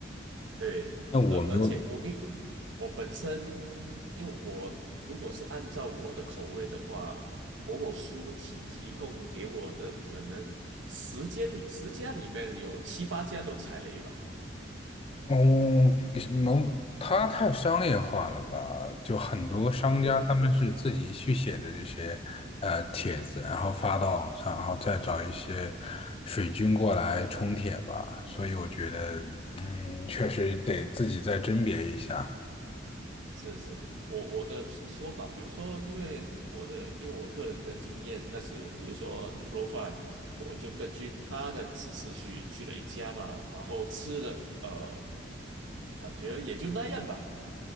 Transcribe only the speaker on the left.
那我没有，
嗯，是某它太商业化了吧？就很多商家他们是自己去写的这些呃帖子，
然后发到网上，然后再找一些水军过来冲帖吧。所以我觉得，嗯，确实得自己再甄别一下。